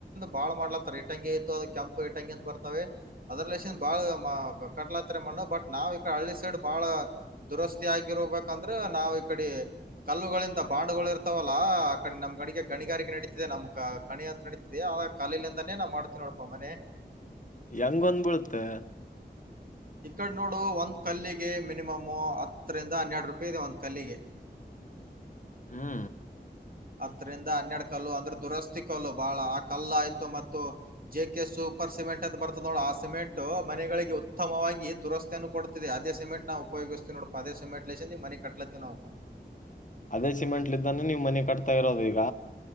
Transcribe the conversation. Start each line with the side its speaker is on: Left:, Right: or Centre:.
Right: ಬಾಳ್ ಮಾಡ್ಲತ್ತ ಇಟಂಗಿ ಅದು ಕೆಂಪು ಇಟಂಗಿ ಅಂತ ಬರ್ತವೆ ಅದ್ರ ಬಾಳ ಕಲ ಮಣ್ಣು ಬಟ್ ನಾವ್ ಈ ಕಡೆ ಹಳ್ಳಿ ಸೈಡ್ ಬಾಳ ದುರಸ್ತಿ ಆಗಿರಬೇಕಂದ್ರೆ ನಾವ್ ಈ ಕಡೆ ಕಲ್ಲುಗಳಿಂದ ಬಾಂಡುಗಳು ಇರ್ತಾವಲ್ಲಾ ಆ ಕಡೆ ನಮ್ ಗಡಿಗೆ ಗಣಿಗಾರಿಕೆ ನಡೀತಿದೆ ನಮ್ ಕಣಿ ಹತ್ರ ನಡೀತಿದೆ ಕಲ್ಲಿಂದಾನೆ ನಾವ್ ಮಾಡ್ತೀವಿ ನೋಡಪ್ಪಾ ಮನೆ
Left: ಹೆಂಗೊಂದ್ ಬಿಳತ್ತೆ
Right: ಈ ಕಡೆ ನೋಡು ಒಂದ್ ಕಲ್ಲಿಗೆ ಮಿನಿಮಮ್ ಹತ್ತರಿಂದ ಹನ್ನೆರ ರೂಪಾಯಿ ಇದೆ ಒಂದ ಕಲ್ಲಿಗೆ
Left: ಹ್ಮ್
Right: ಹತ್ತರಿಂದ ಹನ್ನೆರಡ್ ಕಲ್ಲು ಅಂದ್ರೆ ದುರಸ್ತಿ ಕಲ್ಲು ಬಹಳ ಆ ಕಲ್ಲು ಆಯ್ತು ಮತ್ತು ಜೆ ಕೆ ಸೂಪರ್ ಸಿಮೆಂಟ್ ಅಂತ ಬರುತದೆ ನೋಡ ಆ ಸಿಮೆಂಟ್ ಮನೆಗಳಿಗೆ ಉತ್ತಮವಾಗಿ ದುರಸ್ತಿಯನ್ನು ಕೊಡತಿದೆ ಅದೇ ಸಿಮೆಂಟ್ ನಾವು ಉಪಯೋಗ ಅದೇ ಸಿಮೆಂಟ್ ಇಂದ ಮನೆ ಕಟ್ಲತಿವಿ ನಾವು
Left: ಅದೇ ಸಿಮೆಂಟ್ಲಿದ್ದಾನೆ ನೀವು ಮನೆ ಕಟ್ತಾ ಇರೋದು ಈಗ